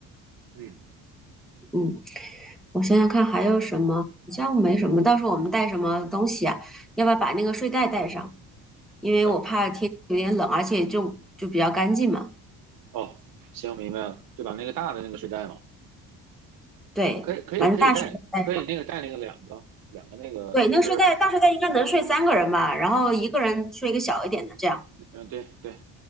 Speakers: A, on the right (about 65°); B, in the centre.
A: 嗯，
B: 嗯，我想想看还有什么，好像没什么。到时候我们带什么东西啊？要不要把那个睡袋带上？因为我怕天气有点冷，
A: 对，
B: 而且就就比较干净嘛。
A: 哦，行，明白了，就把那个大的那个睡袋嘛，
B: 对，
A: 呃可以可以可以带，
B: 反正大睡袋带上。
A: 可以那个带那个两个两个那个就是，
B: 对，那个睡袋大睡袋应该能睡三个人吧，然后一个人睡一个小一点的这样。
A: 嗯、对对，